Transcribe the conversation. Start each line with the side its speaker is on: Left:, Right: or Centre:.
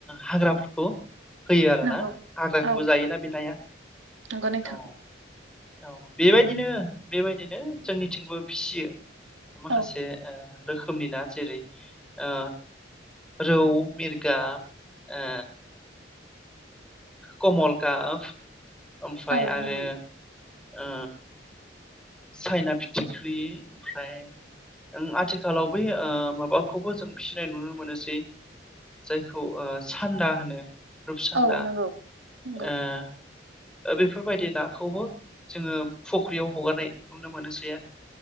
Centre: हाग्राफोरखौ होयो आरो
Right: नंगौ
Centre: ना हाग्राखौबो
Right: औ
Centre: जायोना बि नाया
Right: नंगौ नोंथां
Centre: औ औ बेबायदिनो बेबायदिनो जोंनिथिंबो फिसियो माखासे
Right: औ
Centre: ओ रोखोमनि ना जेरै ओ रौ मिरका ओ कमल काब ओमफ्राय
Right: औ
Centre: आरो
Right: नंगौ
Centre: ओ साइना फिथिख्रि ओमफ्राय ओं आथिखालाव बै ओ माबाखौबो जों फिसिनाय नुनो मोनोसै जायखौ ओ सान्दा होनो रुप सान्दा
Right: औ नंगौ नंगौ
Centre: ओह ओ बेफोरबायदि नाखौबो जोङो फख्रियाव हगारनाय नुनो मोनोसै आरो